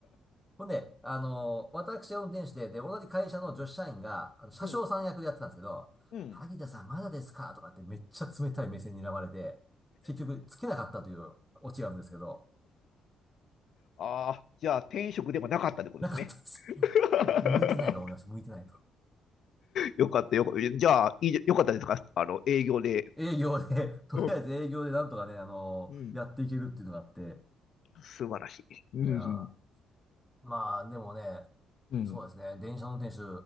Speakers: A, in the centre; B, on the left.
A: ほんで、あの私は運転手で、で、同じ会社の女子社員が、あの、車掌さん役でやってたんですけど、
B: うん、うん。
A: 萩田さんまだですかとかってめっちゃ冷たい目線に睨まれて、結局つけなかったというオチがあるんですけど、
B: ああ、じゃあ、転職でもなかったってことですね。
A: なかったです。
B: <laughs>
A: <laughs> 向いてないと思いました。向いてないと。
B: よかったよかった。じゃあ、いいよかったですかあの、営業で。
A: 営業で、とりあえず営業でなんとかね、
B: う
A: あのやっていけるっていうのがあって、
B: ん。素晴らしい。うん
A: いやー、まあ、でもね、
B: うん。うん。
A: そうですね。電車の運転手、